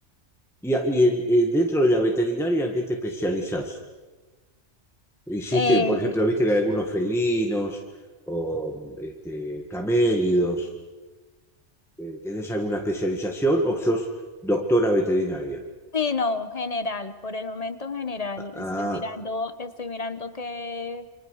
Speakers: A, in the centre; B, on the left.
A: Y, a- y en- eh, dentro de la veterinaria, ¿en qué te especializás? Hiciste,
B: Eh,
A: por ejemplo, viste que hay algunos felinos o este, camélidos. Eh, ¿Tenés alguna especialización o sos doctora veterinaria?
B: sí, no, general, por el momento general,
A: Ah,
B: estoy mirando, estoy mirando qué,